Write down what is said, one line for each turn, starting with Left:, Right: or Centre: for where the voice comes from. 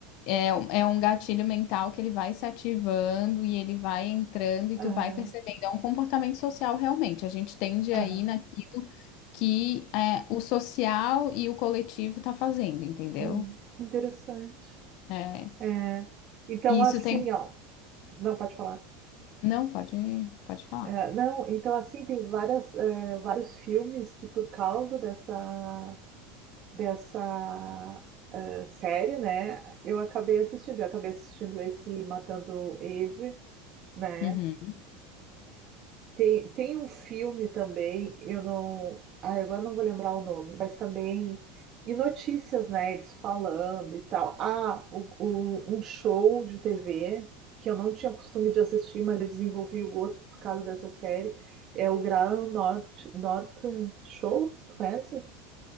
Left: É, um- é um gatilho mental que ele vai se ativando e ele vai entrando e
Right: Aham,
Left: tu vai percebendo. É um comportamento social realmente. A gente tende aí
Right: aham.
Left: naquilo que é, o social e o coletivo tá fazendo, entendeu?
Right: Hum, que interessante.
Left: É,
Right: É. Então,
Left: e
Right: assim,
Left: isso tem.
Right: ó. Não, pode falar.
Left: Não, pode, pode falar.
Right: É, não, então assim tem várias, é, vários filmes que por causa dessa dessa eh, série, né, eu acabei assistindo, eu acabei assistindo esse Matando Eve, né,
Left: Uhum.
Right: tem, tem um filme também, eu não. Ai, agora não vou lembrar o nome, mas também. E notícias nerds falando e tal. Ah, o, o- um show de TV que eu não tinha costume de assistir, mas eu desenvolvi o gosto por causa dessa série. É o Graham North, North Show, tu conhece?